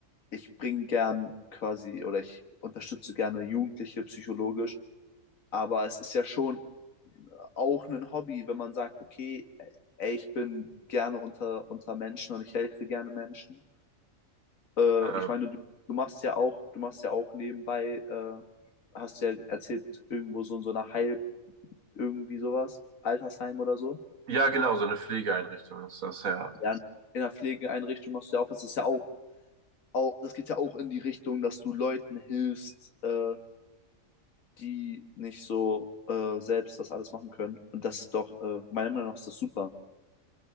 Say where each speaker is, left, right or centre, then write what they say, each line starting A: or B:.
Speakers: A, on the left; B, on the right.
A: ich bringe gern quasi oder ich unterstütze gerne Jugendliche psychologisch. Aber es ist ja schon auch ein Hobby, wenn man sagt, okay, ey, ich bin gerne unter, unter Menschen und ich helfe gerne Menschen. Äh,
B: Ähm,
A: ich meine, du, du machst ja auch, du machst ja auch nebenbei, äh, hast ja erzählt, irgendwo so in so einer Heil, irgendwie sowas, Altersheim oder so.
B: ja, genau, so eine Pflegeeinrichtung ist das ja.
A: Ja, in der Pflegeeinrichtung machst du ja auch was. Das ist ja auch, auch, das geht ja auch in die Richtung, dass du Leuten hilfst, äh, die nicht so äh, selbst das alles machen können. Und das ist doch, äh, meiner Meinung nach ist das super.